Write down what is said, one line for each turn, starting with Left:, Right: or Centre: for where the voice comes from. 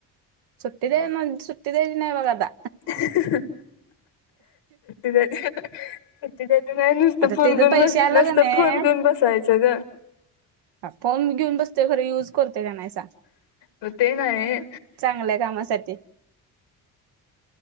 Right: सुट्टी द्याय नाही, सुट्टी द्यायची नाही बग आता
Left: <inaudible> सुट्टी द्यायची सुट्टी द्यायची नाही नुसत
Right: आता
Left: फोन
Right: त्याच
Left: घेऊन
Right: पैसे
Left: बस
Right: आलं
Left: नुसतं
Right: का नाही
Left: फोन घेऊन बसायचं. च ग
Right: फोन घेऊन बसतोय, खर युज करतोय काय नाही सांग
Left: मग ते नाही
Right: चांगल्या कामासाठी.